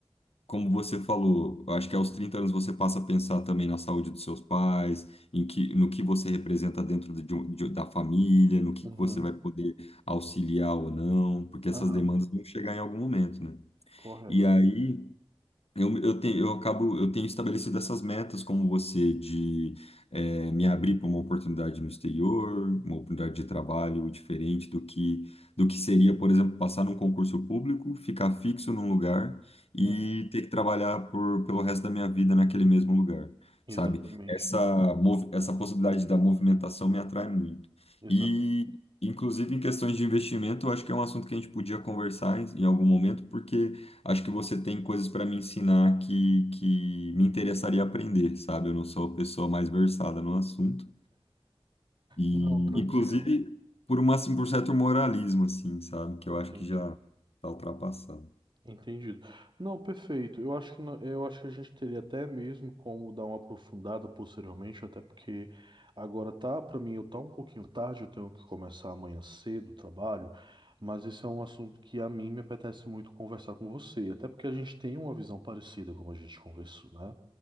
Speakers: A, on the left (about 80°); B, on the right (about 50°).
A: como você falou, eu acho que aos 30 anos você passa a pensar também na saúde dos seus pais, em que, no que você representa dentro de, um- de- da família, no que
B: uhum,
A: que você vai poder auxiliar ou não, porque essas
B: aham,
A: demandas vão chegar em algum momento, né?
B: correto.
A: E aí eu, eu tenho, eu acabo, eu tenho estabelecido essas metas, como você, de eh, me abrir para uma oportunidade no exterior, uma oportunidade de trabalho diferente do que, do que seria, por exemplo, passar num concurso público, ficar fixo num lugar e
B: Uhum.
A: ter que trabalhar por, pelo resto da minha vida naquele mesmo lugar, sabe?
B: Exatamente,
A: Essa, mov- essa possibilidade da movimentação me atrai muito.
B: exato.
A: E, inclusive, em questões de investimento, eu acho que é um assunto que a gente podia conversar em, em algum momento, porque Acho que você tem coisas para me ensinar que, que me interessaria aprender, sabe? Eu não sou a pessoa mais versada no assunto. E,
B: Não, tranquilo,
A: inclusive, por uma, assim, por certo moralismo, assim, sabe? Que eu
B: entendi,
A: acho que já está ultrapassado.
B: entendido. Não, perfeito. Eu acho que no- eu acho que a gente teria até mesmo como dar uma aprofundada posteriormente, até porque agora tá, para mim, eu tá um pouquinho tarde, eu tenho que começar amanhã cedo o trabalho, mas esse é um assunto que a mim me apetece muito conversar com você, até porque a gente tem uma visão parecida como a gente conversou, né?